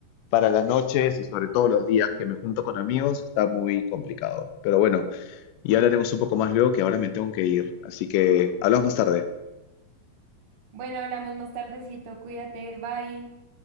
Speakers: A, on the left; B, on the right.
A: para las noches y sobre todo los días que me junto con amigos está muy complicado. Pero bueno, y hablaremos un poco más luego, que ahora me tengo que ir. Así que hablamos más tarde.
B: Bueno, hablamos más tardecito, cuídate, bye.